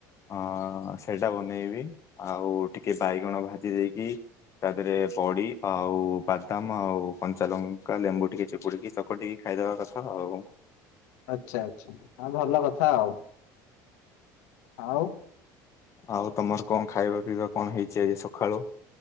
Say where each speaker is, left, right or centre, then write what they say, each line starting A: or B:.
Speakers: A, on the left; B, on the left.
A: ଅ ସେଇଟା ବନେଇବି ଆଉ ଟିକେ ବାଇଗଣ ଭାଜି ଦେଇକି ତା ଦେହରେ ବଡି ଆଉ ବାଦାମ ଆଉ କଞ୍ଚାଲଙ୍କା ଲେମ୍ବୁ ଟିକେ ଚି ପୁଡ଼ିକି ଚକଟିକି ଖାଇଦେବା କଥା ଆଉ
B: ଆଚ୍ଛା ଆଚ୍ଛା ହଁ ଭଲ କଥା ଆଉ। ଆଉ
A: ଆଉ ତମର କଣ ଖାଇବା ପିଇବା କଣ ହେଇଛି ଆଜି ସକାଳୁ?